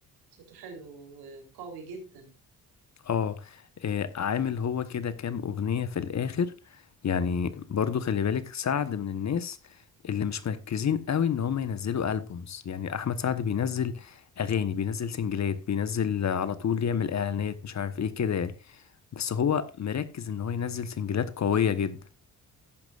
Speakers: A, on the right; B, on the left.
A: صوته حلو وقوي جدا
B: اه آه، عامل هو كده كام اغنية في الاخر يعني برضو خلي بالك سعد من الناس اللي مش مركزين قوي ان هم ينزلوا البومز يعني احمد سعد بينزل اغاني بينزل سنجلات بينزل على طول يعمل اعلانات مش عارف ايه كده يعني بس هو مركز ان هو ينزل سنجلات قوية جدا